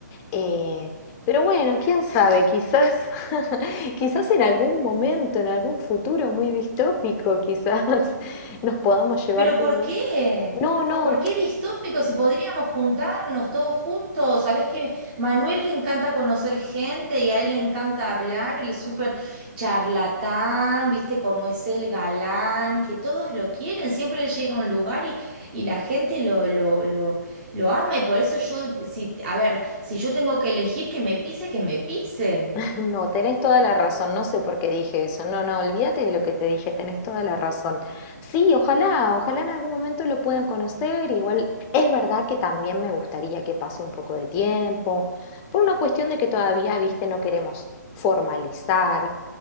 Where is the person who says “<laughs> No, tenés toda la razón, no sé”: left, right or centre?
Left